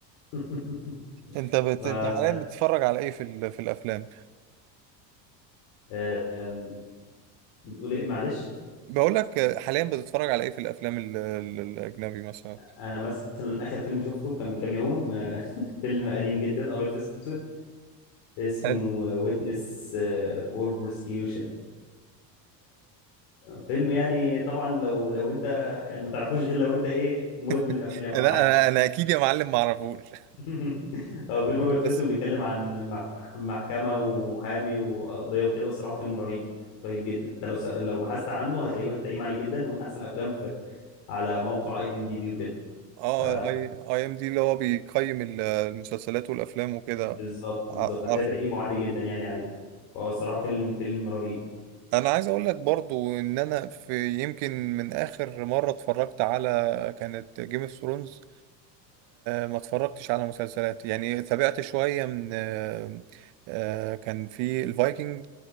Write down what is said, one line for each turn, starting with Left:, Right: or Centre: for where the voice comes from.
Left: <laughs>
Right: انت بت...
Left: ف...
Right: انت حاليا
Left: ف-
Right: بتتفرج على ايه في ال... في الافلام
Left: آم، بتقول ايه معلش
Right: بقول لك حاليا بتتفرج على ايه في الافلام ال- ال- الاجنبي مثلا
Left: انا مثلا اخر فيلم شفته كان من كام يوم آه، <laughs> فيلم قديم جدا ابيض في اسود اسمه
Right: حلو
Left: ويتنس فور بروسكيوشن فيلم يعني طبعا لو لو انت يعني ما تعرفوش غير لو انت ايه مدمن
Right: <laughs>
Left: افلام
Right: انا
Left: او حاجه
Right: انا انا اكيد يا معلم ما اعرفوش
Left: <laughs> هو فيلم ابيض في
Right: بس
Left: اسود بيتكلم عن مح- محكمه ومحامي وقضيه وكده والصراحه فيلم رهيب رهيب جدا انت لو س... لو بحثت عنه هتلاقيه واخد تقييم عالي جدا ومن احسن الافلام في... على موقع اي ام دي بي وكده
Right: <laughs> اه
Left: ف
Right: اي اي ام دي اللي هو بيقيم ال- المسلسلات والافلام وكده
Left: بالظبط
Right: ع-
Left: بالظبط هتلاقي
Right: عارف
Left: تقييمه عالي جدا يعني عليه فهو الصراحه فيلم فيلم رهيب
Right: انا عايز اقول لك برضو ان انا في يمكن من اخر مره اتفرجت على كانت جيم اوف ثرونز ما اتفرجتش على مسلسلات يعني تابعت شويه من آه، آه، كان في الفايكنج